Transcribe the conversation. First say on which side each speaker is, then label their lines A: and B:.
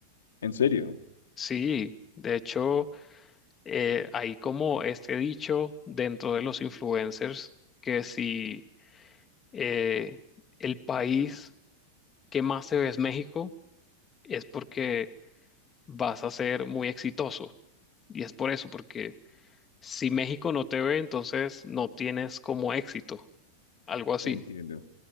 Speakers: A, on the left; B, on the left.
A: en serio,
B: Sí, de hecho. eh, hay como este dicho dentro de los influencers que si eh, el país que más se ve es México, es porque vas a ser muy exitoso. Y es por eso, porque si México no te ve, entonces no tienes como éxito, algo así.
A: entiendo.